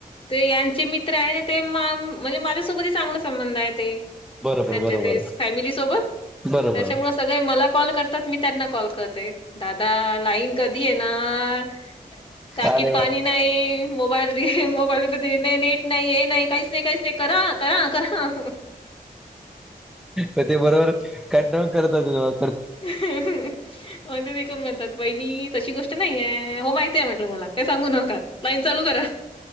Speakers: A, on the left; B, in the centre.
A: ते यांचे मित्र आहे ना ते म्हणजे माझ्यासोबतही चांगला संबंध आहे ते
B: बरोबर
A: त्यांच्या
B: बरोबर
A: ते फॅमिली सोबत
B: बरोबर
A: त्याच्यामुळे सगळे मला कॉल करतात, मी त्यांना कॉल करते दादा लाईन कधी येणारं टाकीत
B: अरे
A: पाणी
B: वा
A: नाही मोबाईल बी मोबाईलमध्ये नाही नेट नाही हे नाही काहीच नाही काहीच नाही करा करा करा.
B: म ते बरोबर कंटाळून करत असेल मग,
A: म्ह ते म्हणतात वहिनी तशी गोष्ट नाहीय हो माहिती आहे म्हटल मला. काय सांगू नका. लाईन चालू करा